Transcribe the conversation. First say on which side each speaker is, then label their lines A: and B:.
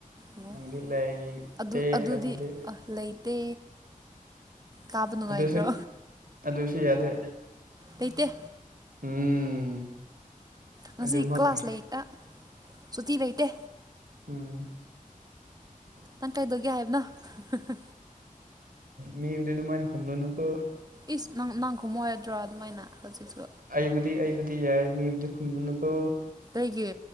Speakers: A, on the right (about 25°); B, on the right (about 80°).
A: ꯑꯣ
B: ꯅꯪꯗꯤ ꯂꯩ
A: ꯑꯗꯨ
B: ꯇꯦ
A: ꯑꯗꯨꯗꯤ
B: ꯍꯥꯏꯕꯗꯨꯗꯤ
A: ꯑ ꯂꯩꯇꯦ ꯇꯥꯕ ꯅꯨꯡꯉꯥꯏꯇ꯭ꯔꯣ
B: ꯑꯗꯨꯁꯨ ꯑꯗꯨꯁꯨ ꯌꯥꯗꯦ
A: ꯂꯩꯇꯦ
B: ꯎꯝ
A: ꯉꯁꯤ
B: ꯑꯗꯨꯃꯛꯅꯤ
A: ꯀ꯭ꯂꯥꯁ ꯂꯩꯇ ꯑꯤ ꯁꯨꯇꯤ ꯂꯩꯇꯦ
B: ꯎꯝ
A: ꯅꯪ ꯀꯥꯏꯗꯧꯒꯦ ꯍꯥꯏꯕꯅꯣ ꯍꯤꯍꯤ
B: ꯃꯤꯉꯣꯟꯗ ꯑꯗꯨꯃꯥꯏꯅ ꯈꯨꯝꯂꯨꯅꯨ ꯀꯣ
A: ꯏꯁ ꯅꯪ ꯅꯪ ꯈꯣꯡꯃꯣ ꯍꯥꯢꯗ꯭ꯔꯣ ꯑꯗꯨꯃꯥꯏꯅ ꯍꯧꯖꯤꯛꯁꯨ
B: ꯑꯩꯕꯨꯗꯤ ꯑꯩꯕꯨꯗꯤ ꯌꯥꯏ ꯃꯤꯕꯨꯗꯤ ꯈꯨꯝꯂꯨꯅꯨꯀꯣ
A: ꯑꯩꯒꯤ